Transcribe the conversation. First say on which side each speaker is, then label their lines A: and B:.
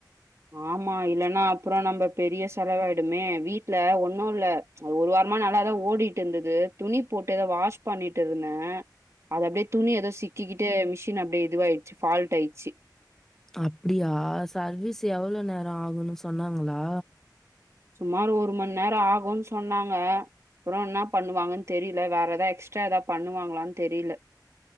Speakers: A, on the right; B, in the centre.
A: ஆமா இல்லன்னா அப்ரோ நம்ம பெரிய செலவாய்டுமே வீட்ல ஒன்னு இல்ல ப்ளீச் ஒரு வாரமா நல்லாதா ஓடிட்டு இருந்துது துணி போட்டத வாஷ் பண்ணிட்டு ருந்தே அத அப்டியே துணி ஏதோ சிக்கிக்கிட்டு மிஸ் அப்டியே இதுவாய்டுச்சு ஃபால்ட் ஆய்டுச்சு
B: அப்டியா சர்வீஸ் எவ்ளோ நேரொ ஆகுன்னு சொன்னாங்களா
A: சுமார் ஒரு ம நேரொ ஆகு சொன்னாங்க அப்ரோன்னா பண்ணுவாங்கன் தெரில வேற ஏதா எக்ஸ்ட்ரா ஏதா பண்ணு வாங்ளான்னு தெரில